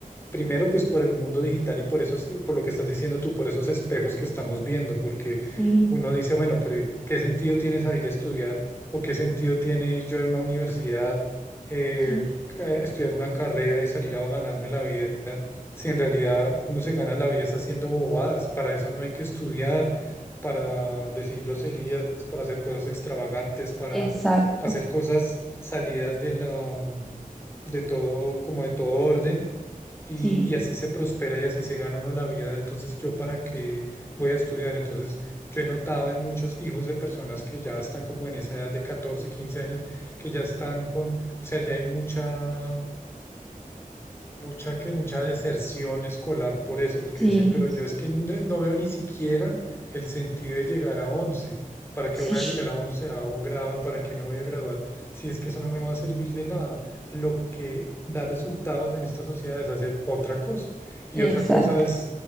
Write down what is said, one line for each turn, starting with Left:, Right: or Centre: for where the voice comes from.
Left: Primero, pues por el mundo digital y por eso, por lo que estás diciendo tú, por esos espejos que estamos viendo, porque
Centre: Sí,
Left: uno dice, bueno, pero ¿qué sentido tiene salir a estudiar o qué sentido tiene ir yo a una universidad, eh,
Centre: Sí.
Left: a estudiar una carrera y salir a ganarme la vida, si en realidad uno se gana la vida es haciendo bobadas? Para eso no hay que estudiar para decir groserías, para hacer cosas extravagantes, para
Centre: exacto.
Left: hacer cosas salidas de la, mm, de todo, como de todo orden, y,
Centre: Sí,
Left: y así se prospera y así se gana uno la vida. Entonces, ¿yo para qué voy a estudiar? Entonces, yo he notado en muchos hijos de personas que ya están como en esa edad de 14 15 años, que ya están con, o sea, ya hay mucha Mucha que mucha deserción escolar por eso, porque
Centre: sí.
Left: dicen, pero yo es que no, no veo ni siquiera el sentido de llegar a once, ¿Para
Centre: Sí,
Left: qué voy a llegar a onceavo grado? ¿Para qué me voy a graduar? Si es que eso no me va a servir de nada. Lo que da resultados en esta sociedad es hacer otra cosa. Y
Centre: exacto.
Left: otra cosa es,